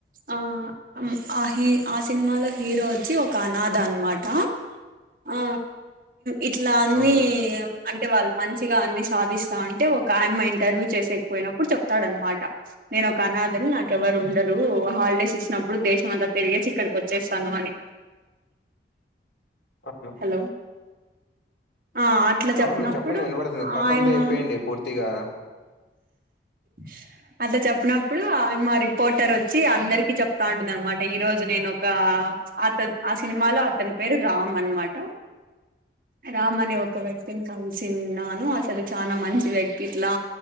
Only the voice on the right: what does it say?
ఆ ఆ హీ ఆ సినిమాలో హీరో వచ్చి ఒక అనాథ అనమాట ఆ ఇట్లా అన్ని
అంటే వాళ్ళు మంచిగా అన్ని సాధిస్తా అంటే ఒక ఆయమ్మ ఇంటర్వ్యూ చేసేకపోయినప్పుడు చెప్తాడనమాట నేను ఒక అనాథని నాకేవరు ఉండరు హాలిడేస్ ఇచ్చినప్పుడు దే దేశం అంతా తెరిగేసి ఇక్కడికి వచ్చేస్తాను అని
హలో ఆ అట్లా
చెప్పినప్పుడు
ఆయమ్మ
<inaudible> అటా చెప్పినప్పుడు ఆ మా రిపోర్టర్ వచ్చి అందరికి చెప్తా ఉంటది అన్నమాట ఈ రోజు నేను ఒక అత ఆ సినిమాలో అతని పేరు రామ్ అన్నమాట రామ్ అనే ఒక వ్యక్తిని కలిసిన్నాను అసలు చాలా మంచి వ్యక్తి ఇట్లా